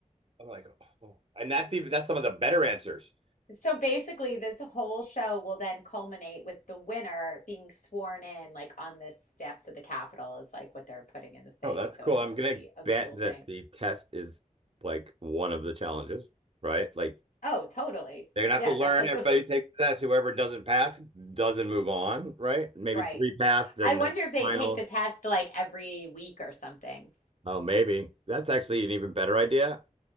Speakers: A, on the right; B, on the left.
A: I'm like, oh. and that's even that's some of the better answers.
B: So basically, this whole show will then culminate with the winner being sworn in, like on the steps of the Capitol, is like what they're putting in the thing.
A: Oh, that's
B: So
A: cool.
B: it'll
A: I'm gonna
B: be a
A: bet
B: cool
A: that
B: thing.
A: the test is like one of the challenges, right? Like
B: Oh, totally.
A: they're gonna have
B: Yeah,
A: to learn.
B: that's like
A: Everybody
B: the
A: takes the test. Whoever doesn't pass doesn't move on, right?
B: <laughs>
A: Maybe
B: right.
A: three pass, then
B: I wonder
A: that's
B: if they
A: finals.
B: take the test like every week or something.
A: Oh, maybe that's actually an even better idea,